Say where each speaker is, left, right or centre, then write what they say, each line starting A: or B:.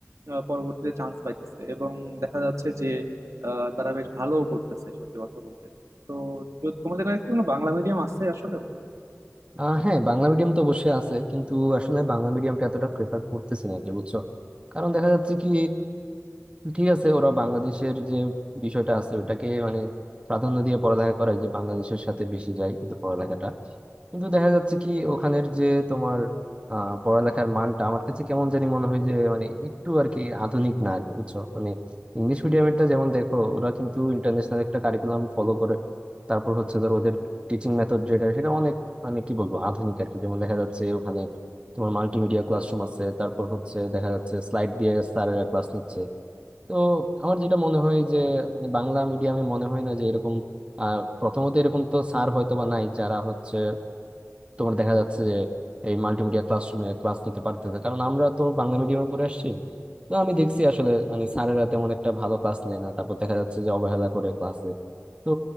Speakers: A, on the right; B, on the right.
A: আহ, পরবর্তীতে চান্স পাইতেছে এবং দেখা যাচ্ছে যে আহ, তারা বেশ ভালোও করতেছে সত্যি কথা বলতে তো যদি তোমাদের কাছে কি কোনো বাংলা মিডিয়াম আছে আসলে
B: আহ হ্যাঁ বাংলা মিডিয়াম তো অবশ্যই আছে কিন্তু আসলে বাংলা মিডিয়ামটা এতটা প্রেফার করতেছি না আর কি বুঝছো কারণ দেখা যাচ্ছে কি ঠিক আছে ওরা বাংলাদেশের যে বিষয়টা আছে ওটাকে মানে প্রাধান্য দিয়ে পড়ালেখা করায় যে বাংলাদেশের সাথে বেশি যায় কিন্তু পড়ালেখাটা কিন্তু দেখা যাচ্ছে কি ওখানের যে তোমার আহ পড়ালেখার মানটা আমার কাছে কেমন জানি মনে হয় যে মানে একটু আর কি আধুনিক না আর কি, বুঝছো মানে ইংলিশ মিডিয়ামেরটা যেমন দেখো ওরা কিন্তু ইন্টারন্যাশনাল একটা কারিকুলাম ফলো করে তারপর হচ্ছে ধর ওদের টিচিং মেথড যেটা সেটা অনেক মানে কি বলবো আধুনিক আর কি যেমন দেখা যাচ্ছে ওখানে তোমার মাল্টিমিডিয়া ক্লাসরুম আছে তারপর হচ্ছে দেখা যাচ্ছে স্লাইড দিয়ে স্যারেরা ক্লাস নিচ্ছে তো আমার যেটা মনে হয় যে মানে বাংলা মিডিয়ামে মনে হয় না যে এরকম আহ প্রথমত এরকম তো স্যার হয়তো বা নাই যারা হচ্ছে তোমার দেখা যাচ্ছে যে এই মাল্টিমিডিয়া ক্লাসরুমে ক্লাস নিতে পারতেছে কারণ আমরা তো বাংলা মিডিয়ামে পড়ে আসছি তো আমি দেখছি আসলে মানে স্যারেরা তেমন একটা ভালো ক্লাস নেয় না তারপর দেখা যাচ্ছে যে অবহেলা করে ক্লাসে তো